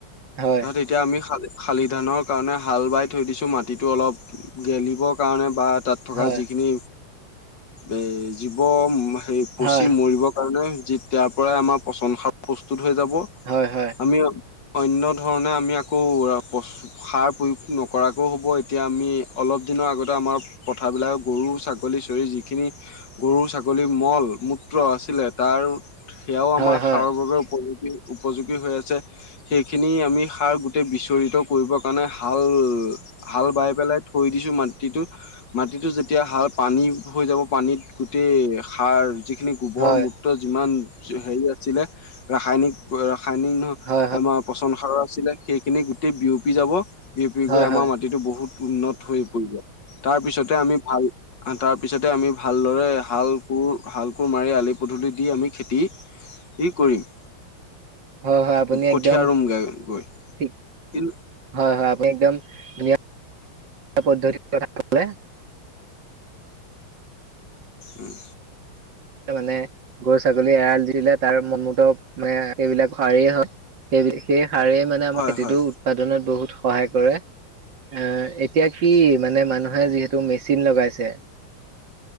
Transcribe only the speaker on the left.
তাহত এতিয়া আমি খালে শালি ধানৰ কাৰণে হাল বাই থৈ দিছো, মাটিতো অলপ গেলিবৰ কাৰণে বা তাত থকা
যিখিনি এ জীৱ সেই পচি
মৰিবৰ কাৰণে যেতিয়াৰ পৰাই আমাৰ পচন সাৰ প্ৰস্তুত হৈ যাব।
আমি অন্য ধৰণে আমি আকৌ সাৰ প্ৰয়োগ নকৰাকৈ হ'ব এতিয়া আমি অলপ দিনৰ আগতে আমাৰ পথাৰবিলাকৰ গৰু ছাগলী চৰি যিখিনি গৰু ছাগলীৰ মল মূত্ৰ আছিলে তাৰ সেয়াও
আমাৰ
সাৰৰ বাবে উপযুক্ত উপযোগী হৈ আছে। সেইখিনি আমি সাৰ গোটেই বিচৰিত কৰিব কাৰণে হাল হাল বাই পেলাই থৈ দিছো। মাটিটো মাটিটো যেতিয়া হাল পানী হৈ যাব পানীত গোটেই সাৰ যিখিনি গোবৰ
মূত্ৰ যিমান হেৰি আছিলে ৰাসায়নিক -ৰাসায়নিক
আমাৰ পচন সাৰৰ সেইখিনি গোটেই বিয়পি যাব। বিয়পি
গৈ
আমাৰ
মাটিটো বহুত উন্নত হৈ পৰিব। তাৰ পিছতে আমি ভাল তাৰ পিছতে আমি ভালদৰে হাল কোৰ, শাল কোৰ মাৰি আলি পদূলি দি আমি খেতি কৰিম।
কঠিয়া
ৰুম গে গৈ
কিন্তু
উ'ম।
হয়
হয়